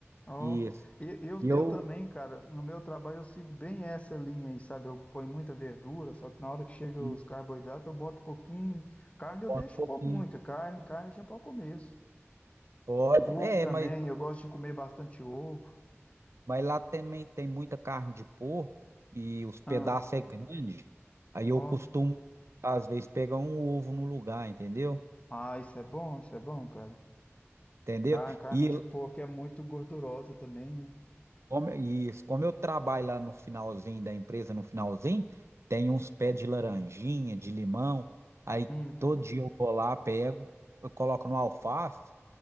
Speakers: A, on the left; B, on the right.
A: Ó,
B: Isso.
A: eu, eu,
B: E eu,
A: eu também, cara, no meu trabalho eu sigo bem essa linha aí, sabe? Eu ponho muita verdura, só que na hora que chega
B: e
A: os carboidratos eu boto um pouquinho. Carne
B: eu
A: eu
B: boto
A: deixo
B: um pouquinho.
A: pôr muita, carne, carne já para o começo.
B: Pode.
A: Ovo
B: É,
A: também,
B: mas,
A: eu gosto de comer bastante ovo.
B: mas lá também tem muita carne de porco e os pedaços
A: Ah,
B: é grande. Aí eu
A: ó,
B: costumo, às vezes, pegar um ovo no lugar, entendeu?
A: ah, isso é bom, isso é bom, cara.
B: entendeu?
A: Car, Carne
B: E
A: de porco é muito gordurosa também, né?
B: como, e como eu trabalho lá no finalzinho da empresa, no finalzinho, tem uns pés de laranjinha, de limão, aí
A: Hum,
B: todo dia eu vou lá, pego, eu coloco no alface,